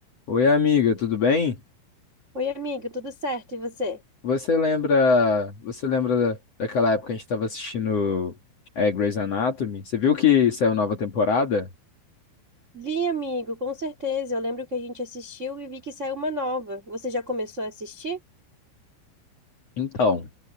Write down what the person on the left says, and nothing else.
Oi, amiga, tudo bem?
Você lembra, você lembra da- daquela época que a gente estava assistindo é, Grey's Anatomy? Você viu que saiu nova temporada?
Então,